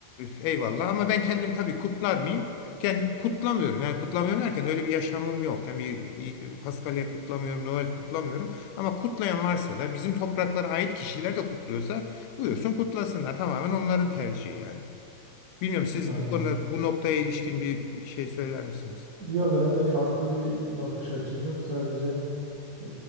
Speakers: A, on the left (about 85°); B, on the right (about 55°).
A: e, eyvallah ama ben kendim tabii kutlar mıyım? Kendim kutlamıyorum. Yani kutlamıyorum derken öyle bir yaşamım yok. Yani bir Paskalya kutlamıyorum, Noel kutlamıyorum. Ama kutlayan varsa da bizim topraklara ait kişiler de kutluyorsa Buyursun kutlasınlar. Tamamen onların tercihi yani. Bilmiyorum siz
B: Aynen
A: bu konuda
B: evet.
A: bu noktaya ilişkin bir bir şey söyler misiniz?
B: Yok ben de farklı bir bakış açım yok sadece. Ee,